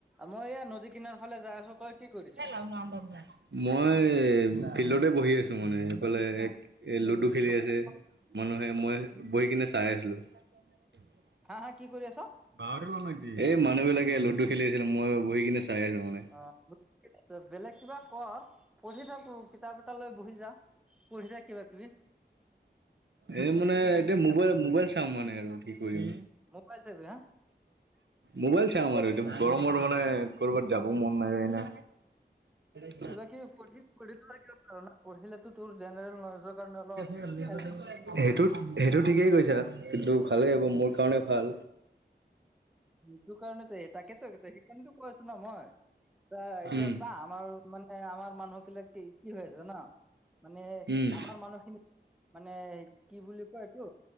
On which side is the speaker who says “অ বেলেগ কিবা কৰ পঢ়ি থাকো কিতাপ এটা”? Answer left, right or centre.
Centre